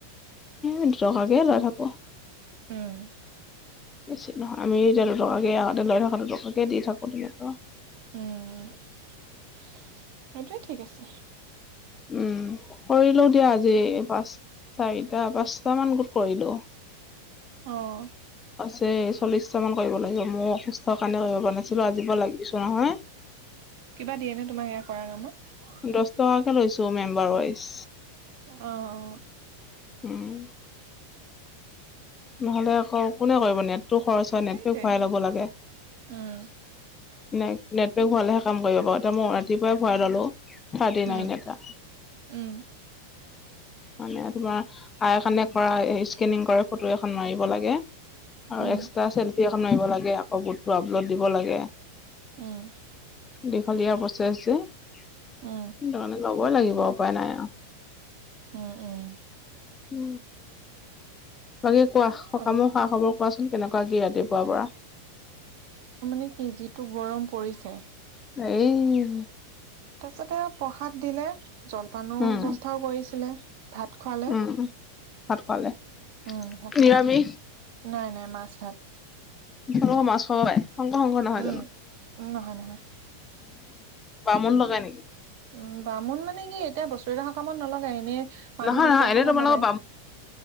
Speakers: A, on the left (about 20°); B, on the right (about 50°).
A: দুটকাকে লৈ থাকো
B: উম,
A: বেছি নহয় আমি এতিয়া দুটকাকে আগতে লৈ থকা দুটকাকে দি থাকো তেনেকুৱা আৰু।
B: উম, সেইটোৱে ঠিক আছে।
A: উম, কৰিলোঁ দিয়া আজি এই পাছ চাৰিটা পাঁচটা মান কৰিলোঁ।
B: অ',
A: যে চল্লিশটা মান কৰিব লাগিব মোৰ অসুস্থৰ কাৰণে কৰিব পৰা নাছিলোঁ আজি পৰা লাগিছো নহয়।
B: কিবা দিয়ে নে তোমাক এয়া কৰাৰ নামত?
A: দহ টকাকে লৈছো মেম্বাৰ ৱাইজ।
B: অ', অ',
A: উম, নহ'লে আকৌ কোনে কৰিব নো ইয়াত? ত' খৰচ হয় নাই
B: সেইটোৱে
A: <unintelligible> ঘূৰাই ল'ব লাগে। ন'
B: উম,
A: নেটৱৰ্ক হলেহে কাম কৰিব পাৰো এতিয়া মই ৰাতিপুৱাই ভৰাই ললো। থাৰ্টি নাইন
B: উম,
A: এটা
B: উম,
A: মানে তোমাৰ আ, এখনে কৰা স্কনিং কৰে ফটো এখন মাৰিব লাগে আৰু
B: উম,
A: এক্সা চেল্ফি এখন মাৰিব লাগে আকৌ গোট পুৰাবলৈ দিব লাগে।
B: উম,
A: দীঘলীয়া প্ৰচেজ যে, সেইটো
B: উম,
A: কাৰণে ল'বই লাগিব উপায় নাই আৰু।
B: উম, উম,
A: উম, বাকী কোৱা
B: অ',
A: সকামো খা খবৰ কোৱাচোন কেনেকুৱা কি ৰাতিপুৱাৰ পৰা?
B: নে কি যিটো গৰম পৰিছে
A: হেৰি,
B: তাৰপিছতে প্ৰসাদ দিলে জলপানৰ
A: উম
B: ব্যৱস্থাও কৰিছিলে। ভাত খোৱালে
A: উম ভাত খোৱালে
B: উম, ভাত খুৱাইছে
A: নিৰামিষ
B: নাই নাই মাছ ভাত।
A: কিহৰ মাছ হয়, শংকৰ শংকৰ নহয়
B: উম,
A: জানো?
B: নহয় নহয়।
A: বামুণ লগাই নেকি?
B: উম, বামুণ মানে কি এতিয়া বছৰেকীয়া সকামত নলগাই এনে মানুহ
A: নহয়
B: ঢুকোৱা
A: নহয় এনে
B: সময়ত
A: তোমালোকৰ
B: লগাই।